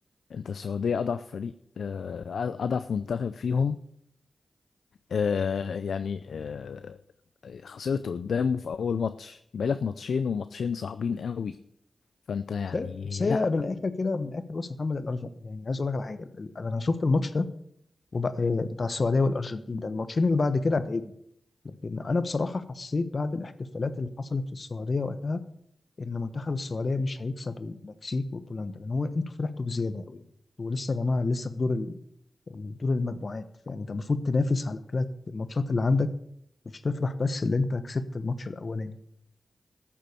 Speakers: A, on the left; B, on the left.
A: انت السعوديه اضعف فريق آه، اضعف منتخب فيهم آه، يعني آه، خسرت قدامه في اول ماتش بقالك ماتشين وماتشين صعبين قوي فانت يعني
B: بس هي بس هي
A: لا
B: من الاخر كده من الاخر بص يا محمد الارجنتين يعني عايز اقول لك على حاجه ال- انا شفت الماتش ده وبقى بتاع السعوديه والارجنتين ده الماتشين اللي بعد كده هتعجبني لكن انا بصراحه حسيت بعد الاحتفالات اللي حصلت في السعوديه وقتها ان منتخب السعوديه مش هيكسب المكسيك وبولندا لان هو انتوا فرحتوا بزياده قوي انتوا لسه يا جماعه لسه في دور ال... دور المجموعات يعني انت المفروض تنافس على الثلاث الماتشات اللي عندك مش تفرح بس اللي انت كسبت الماتش الاولاني